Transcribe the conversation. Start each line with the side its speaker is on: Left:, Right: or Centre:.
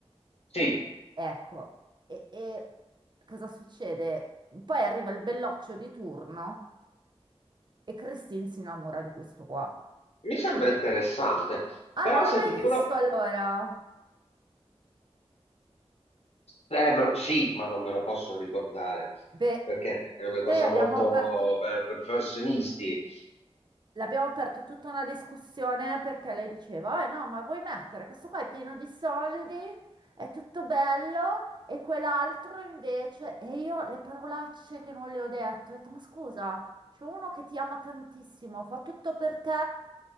Left: Sì,
Right: Ecco, e, e cosa succede? Poi arriva il belloccio di turno e Christine si innamora di questo qua.
Left: mi sembra interessante,
Right: Ah,
Left: però
Right: non l'hai
Left: sentite,
Right: mai
Left: me
Right: visto
Left: lo-
Right: allora?
Left: eh, me lo- sì, ma non me lo posso ricordare
Right: Beh,
Left: perché è una
Right: noi
Left: cosa
Right: abbiamo
Left: molto
Right: aperto.
Left: per professionisti.
Right: L'abbiamo aperto tutta una discussione perché lei diceva, eh no, ma vuoi mettere questo qua è pieno di soldi, è tutto bello, e quell'altro invece, e io le parolacce che non le ho detto, ho detto, ma scusa, c'è uno che ti ama tantissimo, fa tutto per te,